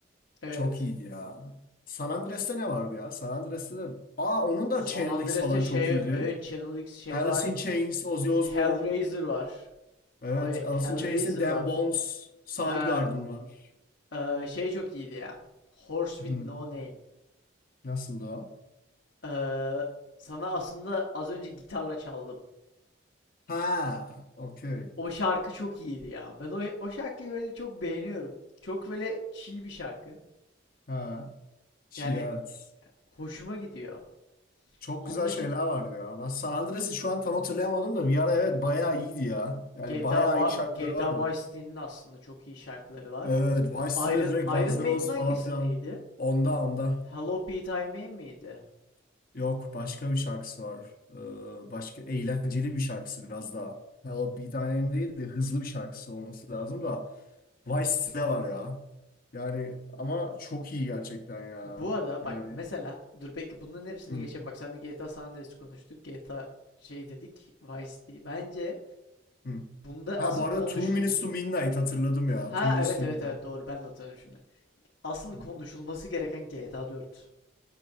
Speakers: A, on the left (about 70°); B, on the left (about 45°).
A: Evet.
B: Çok iyiydi ya. San Andreas'te ne vardı ya? San Andreas'te de... Aa onun
A: San
B: da Chainlix
A: Andreas'te
B: falan
A: şey,
B: çok iyiydi.
A: evet Channel X şey
B: Alice
A: var.
B: in Chains, Ozzy Osbourne.
A: Hellraiser var.
B: Evet,
A: Abi
B: Alice
A: Hellraiser
B: in Chains'in Damn
A: var.
B: Bones, Soundgarden
A: Ha,
B: var.
A: e, şey çok iyiydi ya. Horse
B: Hı.
A: with No Name.
B: Nasıldı o?
A: E, sana aslında az önce gitarla çaldım.
B: Ha, okey.
A: O şarkı çok iyiydi ya. Ben o, o şarkıyı böyle çok beğeniyorum. Çok böyle chill bir şarkı.
B: Ha, Şir,
A: Yani
B: evet.
A: hoşuma gidiyor.
B: Çok
A: Onun
B: güzel
A: dışında
B: şeyler vardı ya. Ben San Andreas'ı şu an tam hatırlayamadım da bir ara evet bayağı iyiydi ya.
A: GTA,
B: Yani bayağı
A: Va-
B: iyi şarkıları
A: GTA
B: vardı.
A: Vice City'nin aslında çok iyi şarkıları var.
B: Evet, Vice
A: Iron,
B: City'de direkt
A: Iron
B: Guns
A: Maiden
B: N' Roses
A: hangisindeydi?
B: falan filan. Onda onda.
A: Hello Pete I Mame miydi?
B: Yok başka bir şarkısı var. Ee, başka eğlenceli bir şarkısı biraz daha. Hello bir tanem değil de hızlı bir şarkısı olması lazım da. Vice City var ya. Yani ama çok iyi gerçekten ya.
A: Bu arada
B: Yani.
A: bak mesela dur belki bunların hepsini
B: Hı,
A: geçelim. Bak sen de GTA San Andreas konuştuk. GTA şey dedik. Vice City. Bence
B: hı.
A: bunda asıl
B: Ha bu arada
A: konuşul...
B: Two Minutes to Midnight hatırladım ya.
A: Ha
B: Two Minutes
A: evet
B: to
A: evet
B: Midnight.
A: evet doğru ben de hatırlıyorum şimdi. Asıl
B: Hı.
A: konuşulması gereken GTA 4.